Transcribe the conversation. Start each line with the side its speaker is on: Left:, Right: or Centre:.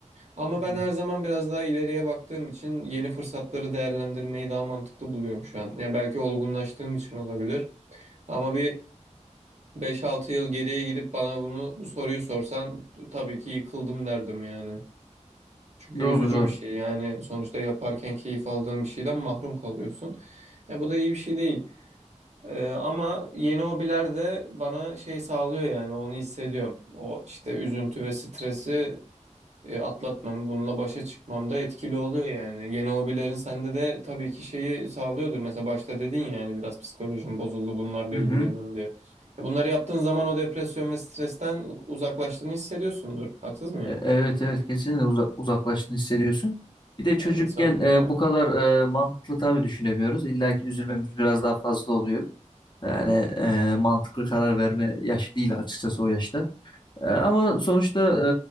Right: Ama
Left: Hmm.
Right: ben her zaman biraz daha ileriye baktığım için yeni fırsatları değerlendirmeyi daha mantıklı buluyorum şu an. Ya belki olgunlaştığım için olabilir. Ama bir Beş altı yıl geriye gidip bana bunu bu soruyu sorsan tabii ki yıkıldım derdim yani. Çünkü
Left: Doğru
Right: üzücü
Left: doğru.
Right: bir şey. Yani sonuçta yaparken keyif aldığın bir şeyden mahrum kalıyorsun. E, bu da iyi bir şey değil. E, ama yeni hobiler de bana şey sağlıyor yani onu hissediyorum. O işte üzüntü ve stresi e, atlatmam, bununla başa çıkmam da etkili oluyor yani. Yeni hobilerin sende de tabii ki şeyi sağlıyordur. Mesela başta dedin ya yani biraz psikolojim bozuldu bunlarla
Left: Hı
Right: ilgileniyorum
Left: hı.
Right: diye. E, Bunları yaptığın zaman o depresyon ve stresten uzaklaştığını hissediyorsundur. Haksız mıyım?
Left: E, Evet evet kesinlikle uza- uzaklaştığını hissediyorsun. Bir de çocukken
Right: Yani sanırım.
Left: e,
Right: Evet.
Left: bu kadar e, mantıklı tabii düşünemiyoruz. İlla ki üzülmemiz biraz daha fazla oluyor. Yani e, mantıklı karar verme yaşı değil açıkçası o yaşta. E, ama sonuçta e,